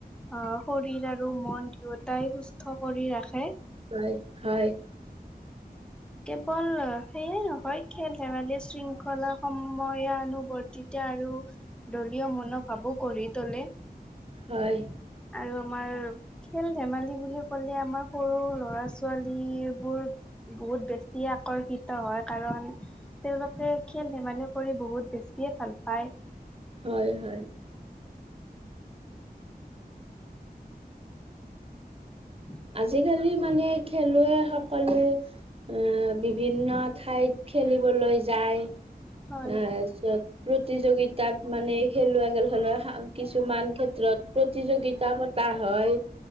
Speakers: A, in the centre; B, on the right.
A: অহ শৰীৰ আৰু মন দুয়োটাই সুস্থ কৰি ৰাখে
B: হয় হয়
A: কেৱল সেইয়াই নহয় খেল ধেমালি শৃংখলা সময়ানুৱৰ্তিতা আৰু দলীয় মনোভাৱো গঢ়ি তোলে
B: হয়
A: আৰু আমাৰ খেল ধেমালি বুলি কলে আমাৰ সৰু ল'ৰা ছোৱালীবোৰ বহুত বেছি আকৰ্ষিত হয় কাৰণ তেওঁলোকে খেল ধেমালি কৰি বহুত বেছিয়ে ভাল পায়
B: হয় হয়।
A: উ
B: আজিকালি মানে খেলুৱৈ সকলে এ বিভিন্ন ঠাইত খেল খেলিবলৈ যায় এ
A: হয়
B: তাছত প্ৰতিযোগিতাত মানে খেলব গ'লে ধৰ কিছুমান ক্ষেত্ৰত প্ৰতিযোগিতা পতা হয়